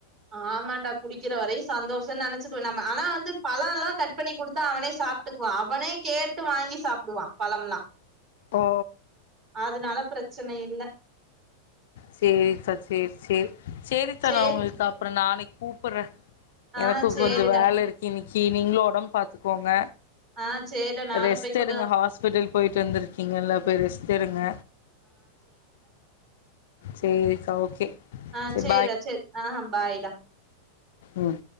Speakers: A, on the right; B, on the left.
A: ஆமாண்டா குடிக்கிற வரையும் சந்தோஷம்னு நினைச்சுக்குன் நம்ம ஆனா வந்து பழம் எல்லாம் கட் பண்ணி கொடுத்தா அவனே சாப்பிட்டுக்குவான் அவனே கேட்டு வாங்கி சாப்பிடுவான் பழம்எல்லாம்
B: ஓ
A: அதனால பிரச்சனை இல்ல
B: சரி தா சரி சரி சரித்தா
A: சேரி
B: நான் உங்களுக்கு அப்புறம் நாளைக்கு கூப்புறன்
A: ஆ
B: எனக்கும்
A: சேரிடா
B: கொஞ்சம் வேலை இருக்கு இன்னிக்கி நீங்களும் உடம்பு பாத்துக்கோங்க
A: ஆ சேரிடா நானு
B: ரெஸ்ட்
A: போய் கொஞ்சோ
B: எடுங்க ஹாஸ்பிடல் போயிட்டு வந்திருக்கீங்க இல்ல போய் ரெஸ்ட் எடுங்க சேரிக்கா ஓகே
A: ஆஹ்
B: சேரி
A: செரி டா செரி ஆஹ் ஹ பாய்டா
B: உம்